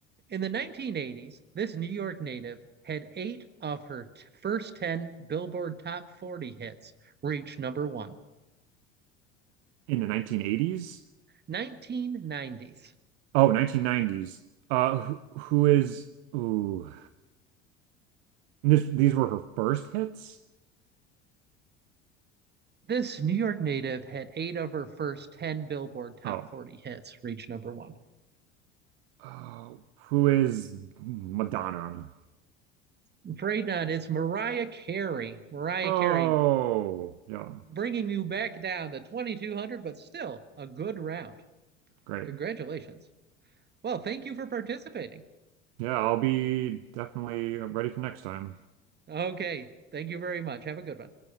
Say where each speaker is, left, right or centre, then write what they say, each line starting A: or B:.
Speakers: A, on the right; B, on the right.
A: In the 1980s, this New York native had eight of her t- first 10 Billboard Top 40 hits reach number one.
B: In the 1980s?
A: 1990s.
B: Oh, nineteen nineties. Uh, who, who is? Ooh, this, these were her first hits.
A: This New York native had eight of her first 10 Billboard Top
B: Oh,
A: 40 hits reach number one.
B: uh, who is Madonna?
A: I'm afraid not. It's Mariah Carey. Mariah
B: Oh,
A: Carey
B: yeah,
A: bringing you back down to 2200, but still a good round.
B: great.
A: Congratulations. Well, thank you for participating.
B: Yeah, I'll be definitely ready for next time.
A: Okay. Thank you very much. Have a good one.